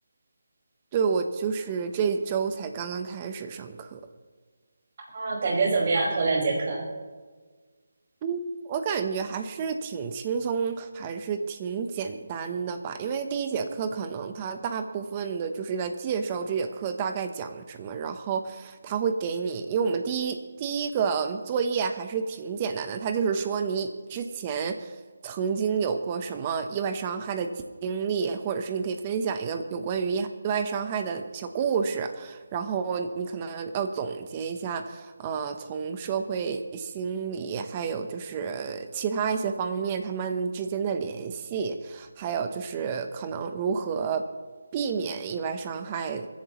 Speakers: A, on the right; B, on the right.
A: 对我就是这一周才刚刚开始上课。
B: 啊，感觉怎么样？头两节课？
A: 嗯我感觉还是挺轻松，还是挺简单的吧。因为第一节课可能它大部分的就是在介绍这节课大概讲什么，然后他会给你，因为我们第一第一个作业还是挺简单的，他就是说你之前曾经有过什么意外伤害的经历，或者是你可以分享一个有关于意意外伤害的小故事，然后你可能要总结一下。呃，从社会心理，还有就是其他一些方面，他们之间的联系，还有就是可能如何避免意外伤害